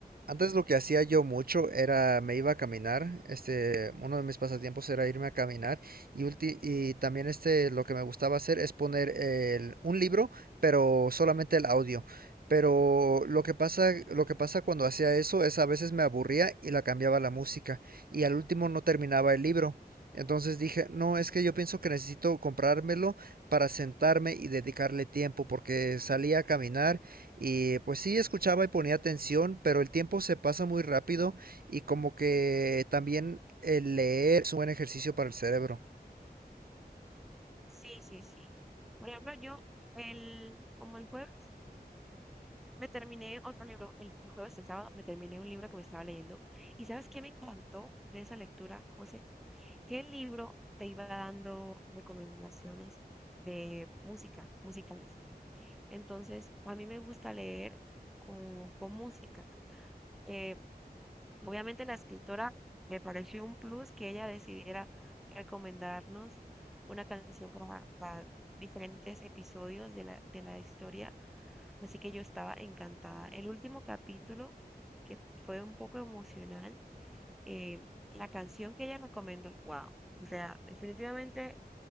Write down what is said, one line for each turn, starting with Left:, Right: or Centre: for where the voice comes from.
Right: Antes lo que hacía yo mucho era me iba a caminar, este, uno de mis pasatiempos era irme a caminar y, ulti- y también este lo que me gustaba hacer es poner el- un libro, pero solamente el audio. Pero lo que pasa, lo que pasa cuando
Centre: ujú.
Right: hacía eso es a veces me aburría y la cambiaba la música y al último no terminaba el libro. Entonces dije, no, es que yo pienso que necesito comprármelo para sentarme y dedicarle tiempo porque salía a caminar y pues sí, escuchaba y ponía atención, pero el tiempo se pasa muy rápido y como que también el leer es un buen ejercicio para el cerebro.
Centre: Sí, sí, sí. Por ejemplo, yo el, como el jueves me terminé otro libro, el, el jueves, el sábado, me terminé un libro que me estaba leyendo. ¿Y sabes qué me encantó de esa lectura, José? Que el libro te iba dando recomendaciones de música, musicales. Entonces, a mí me gusta leer con, con música. Eh, Obviamente la escritora me pareció un plus que ella decidiera recomendarnos una canción para, para diferentes episodios de la, de la historia, así que yo estaba encantada. El último capítulo, que fue un poco emocional, eh, la canción que ella recomendó, wow, o sea, definitivamente